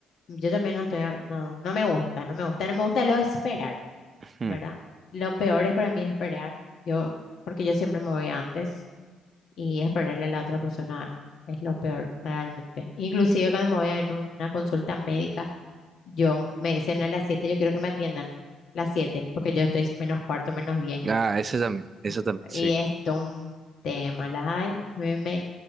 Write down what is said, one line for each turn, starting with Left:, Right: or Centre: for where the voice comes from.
Left: Yo también no estoy, a- no, no me gusta, no me gusta, no me gusta lo de esperar,
Right: Ujú.
Left: ¿verdad? Lo peor es para mí esperar, yo, porque yo siempre me voy antes y esperarle a la otra persona es lo peor realmente. Inclusive cuando me voy a en una consulta médica, yo me dicen a las 7, yo quiero que me atiendan las 7, porque yo estoy menos cuarto, menos 10
Right: Ah,
Left: ¿no?
Right: ese también, eso también, sí.
Left: Y esto un tema, la- ay, me, me,